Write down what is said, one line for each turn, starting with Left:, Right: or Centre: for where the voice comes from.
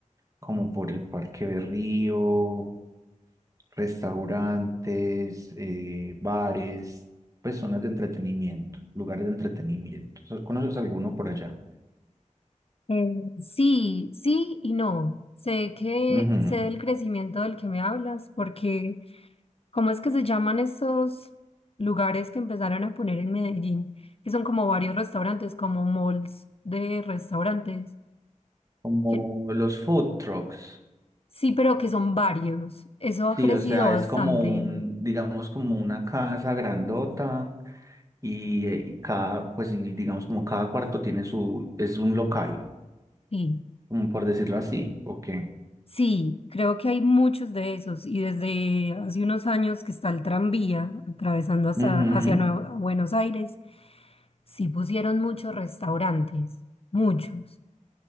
Right: como por el Parque de Río, restaurantes, eh, bares, pues zonas de entretenimiento, lugares de entretenimiento. ¿So- ¿Conoces alguno por allá?
Left: Eh, sí, sí y no. Sé que
Right: Ujú,
Left: sé del crecimiento del que me hablas, porque ¿cómo es que se llaman esos lugares que empezaron a poner en Medellín? Que son como varios restaurantes, como malls de restaurantes.
Right: Como
Left: que-
Right: los food trucks.
Left: sí, pero que son varios. Eso ha
Right: Sí,
Left: crecido
Right: o sea,
Left: bastante.
Right: es como un, digamos, como una casa grandota y, eh, y cada, pues y digamos como cada cuarto tiene su, es un local,
Left: Sí.
Right: como por decirlo así. Ok,
Left: Sí, creo que hay muchos de esos y desde hace unos años que está el tranvía atravesando hasta-
Right: Ujú,
Left: hacia Nueva- Buenos Aires, sí pusieron muchos restaurantes, muchos.